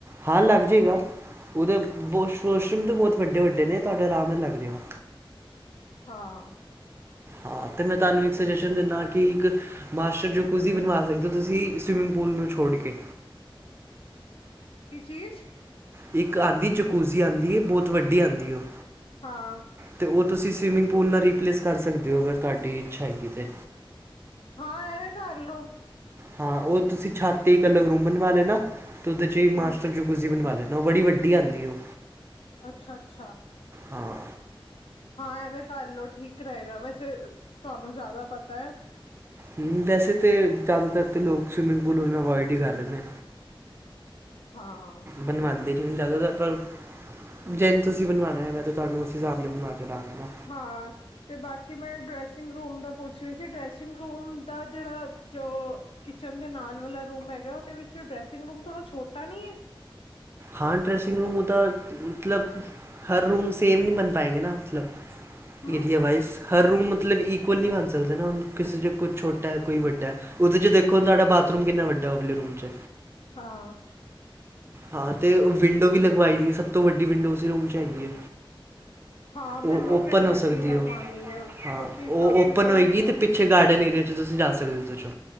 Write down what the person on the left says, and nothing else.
ਹਾਂ।
ਕੀ ਚੀਜ਼?
ਹਾਂ।
ਹਾਂ ਐਵੇਂ ਕਰਲੋ।
ਹੂੰ,
ਅੱਛਾ-ਅੱਛਾ।
ਹਾਂ ਐਵੇਂ ਕਰ ਲਓ ਠੀਕ ਰਹੇਗਾ ਵੈਸੇ, ਤੁਹਾਨੂੰ ਜ਼ਿਆਦਾ ਪਤਾ।
ਹਾਂ।
ਹਾਂ ਤੇ ਬਾਕੀ ਮੈਂ ਡਰੈਸਿੰਗ ਰੂਮ ਦਾ ਪੁੱਛ ਰਹੀ ਸੀ ਡਰੈਸਿੰਗ ਰੂਮ ਦਾ ਜਿਹੜਾ ਜੋ ਕਿਚਨ ਦੇ ਨਾਲ ਵਾਲਾ ਰੂਮ ਹੈਗਾ ਉਹਦੇ ਵਿੱਚ ਡਰੈਸਿੰਗ ਰੂਮ ਥੋੜ੍ਹਾ ਛੋਟਾ ਨੀ ਏ?
ਹੂੰ,
ਹਾਂ।
ਹਾਂ ਵਿੰਡੋ
ਤੇ ਵੱਡੀ
ਲਗਵਾਣੀ
ਹੈ
ਕਿਉਂਕਿ
ਕਾਫੀ
ਹੋ ਗਿਆ